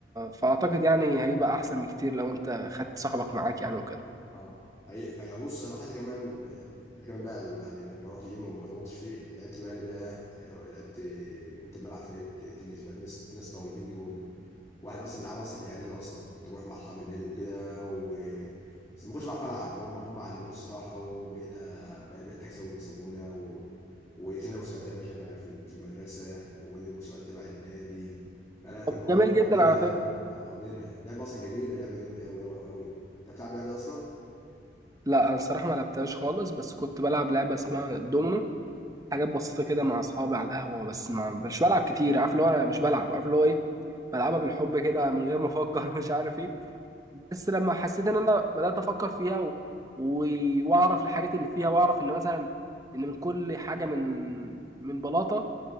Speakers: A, on the right; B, on the left.
A: فأعتقد يعني هيبقى أحسن بكتير لو أنت خدت صاحبك معاك يعني وكده
B: اه هي هي بص انا حتى كمان حتى كمان بقى يعني لما رحت جيم وما ظبطتش فيه لعبت بقى يعني بقى آه، لعبت قلت اما العب شويه تنس بقى تنس تنس طاوله بينج بونج واحد اصلا بيلعب اصلا من الاعداد اصلا كنت بروح مع اصحاب النادي وكده و بس ما كنتش بعرف العب فهم هم علموني الصراحه وبقينا بقى- بقيت اكسبهم ويكسبونا و... ودخلنا مسابقات يا باشا بقى في ال- في المدرسه والمسابقات تبع النادي فلا كنا
A: طب
B: مع-
A: جميل
B: كنا
A: جدا
B: مقضينها
A: على فكرة
B: يعني كنا مقضينها لعبه اصلا جميله لعبه جميله قوي قوي قوي قوي انت بتلعب لعبه اصلا؟
A: لا أنا الصراحة ما لعبتهاش خالص بس كنت بلعب لعبة اسمها دومينو حاجات بسيطة كده مع أصحابي على القهوة بس ما مش بلعب كتير عارف اللي هو أنا مش بلعب عارف اللي هو إيه بلعبها بالحب كده من غير ما أفكر <laughs> مش عارف إيه بس لما حسيت إن أنا بدأت أفكر فيها و... و... وأعرف الحاجات اللي فيها وأعرف إن مثلا إن من كل حاجة من من بلاطة